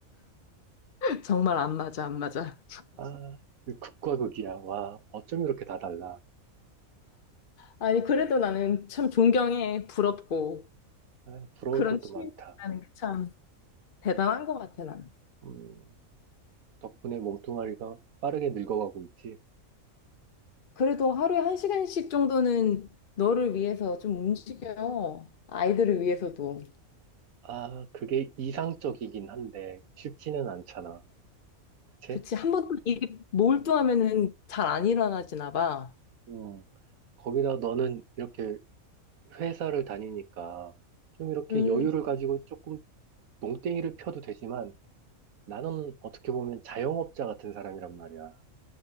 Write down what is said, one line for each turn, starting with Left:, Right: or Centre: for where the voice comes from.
Left: 정말 안 맞아, 안 맞아.
Right: 아, 이 극과 극이야. 와, 어쩜 이렇게 다 달라.
Left: 아니, 그래도 나는 참 존경해, 부럽고.
Right: 아, 부러울
Left: 그런
Right: 것도
Left: 취미가
Right: 많다.
Left: 있다는 게 참 대단한 것 같아, 난.
Right: 음, 덕분에 몸뚱아리가 빠르게 늙어가고 있지.
Left: 그래도 하루에 한 시간씩 정도는 너를 위해서 좀 움직여요. 아이들을 위해서도.
Right: 아, 그게 이상적이긴 한데 쉽지는 않잖아. 그치?
Left: 그치, 한 번 일이 몰두하면은
Right: 어,
Left: 잘 안 일어나지나 봐.
Right: 음, 거기다 너는 이렇게 회사를 다니니까 좀 이렇게
Left: 음,
Right: 여유를 가지고 조금 농땡이를 펴도 되지만 나는 어떻게 보면 자영업자 같은 사람이란 말이야.